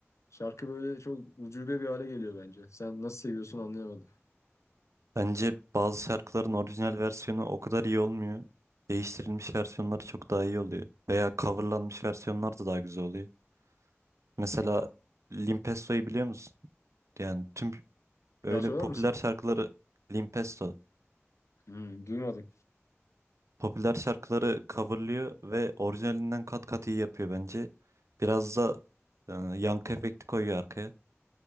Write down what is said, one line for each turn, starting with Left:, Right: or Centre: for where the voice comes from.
Left: şarkı böyle çok ucube bir hale geliyor bence. Sen nasıl seviyorsun anlayamadım.
Right: Bence bazı şarkıların orijinal versiyonu o kadar iyi olmuyor. Değiştirilmiş versiyonları çok daha iyi oluyor. Veya coverlanmış versiyonlar da daha güzel oluyor. Mesela Limp Bizkit'yi biliyor musun? Yani tüm
Left: Bir
Right: öyle
Left: daha söyler
Right: popüler
Left: misin?
Right: şarkıları Limp Bizkit.
Left: Hmm, duymadım.
Right: Popüler şarkıları coverlıyor ve orijinalinden kat kat iyi yapıyor bence. Biraz da e, yankı efekti koyuyor arkaya.